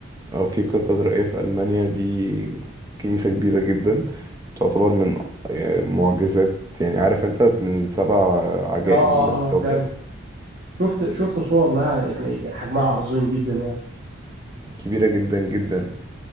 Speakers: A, on the right; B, on the right.
A: اه في كاتدرائية في ألمانيا دي كنيسة كبيرة جدا تعتبر من آه، معجزات يعني عارف انت من السبع عجائب
B: اه اه
A: اللي في الكوكب
B: اه فعلا شفت شفت صور لها يعني حجمها عظيم جدا يعني
A: كبيرة جدا جدا